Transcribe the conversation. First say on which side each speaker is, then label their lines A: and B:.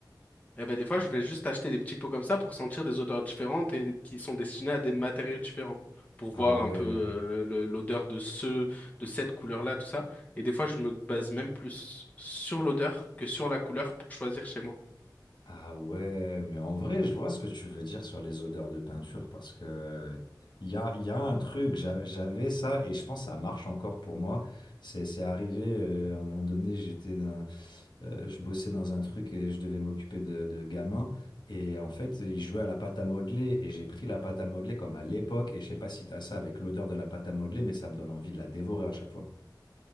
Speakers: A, on the left; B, on the left.
A: Et ben des fois, je vais juste acheter des petits pots comme ça pour sentir des odeurs différentes et qui sont destinés à des matériaux différents, pour
B: Ah
A: voir
B: ouais,
A: un peu euh, le- l'odeur de ce, de cette couleur-là, tout ça. Et des fois, je me base même plus sur l'odeur que sur la couleur pour choisir chez moi.
B: ah ouais, mais en vrai, je vois ce que tu veux dire sur les odeurs de peinture parce que il y a, il y a un truc, j'avais j'avais ça et je pense que ça marche encore pour moi. C'est c'est arrivé euh, à un moment donné, j'étais dans, euh, je bossais dans un truc et je devais m'occuper de, de gamins. Et en fait, ils jouaient à la pâte à modeler et j'ai pris la pâte à modeler comme à l'époque. Et je sais pas si t'as ça avec l'odeur de la pâte à modeler, mais ça me donne envie de la dévorer à chaque fois.